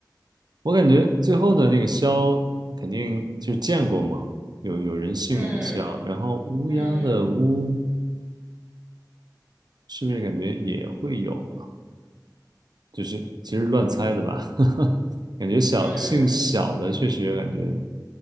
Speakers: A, on the right; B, on the right.
A: 我感觉最后的那个枭肯定就是见过嘛，有有人姓那个枭，
B: 嗯
A: 然后乌鸦的乌
B: 嗯
A: 是不是感觉也会有啊？就是其实乱猜的吧，<laughs> 感觉小姓小的确实感觉
B: 嗯，